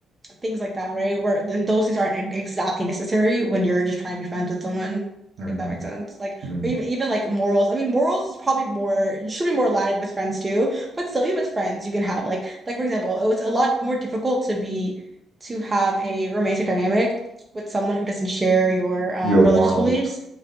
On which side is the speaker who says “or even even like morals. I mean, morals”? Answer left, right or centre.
Right